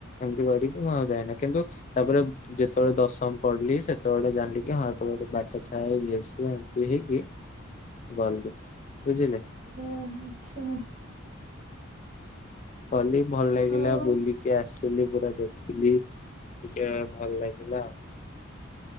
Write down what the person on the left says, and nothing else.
ଏମିତି କରିକି ମୁଁ ଆଉ ଯାଏନା କିନ୍ତୁ ତାପରେ ଯେତେବେଳେ ଦଶମ ପଢିଲି ସେତେବେଳେ ଜାଣିଲି। ଆଜ୍ଞ ହଁ ତୋମେ ଗୋଟେ ବାଟ ଥାଏ ଇଏ ସ ଏମତି ହେଇକି ଗଲି ବୁଝିଲେ।
କଲି ଭଲ ଲାଗିଲା
ବୁଲିକି ଆସ ତିନି ପୁରା ଦେଖିଲି ଟିକେ ଭଲ ଲାଗିଲା ଆଉ।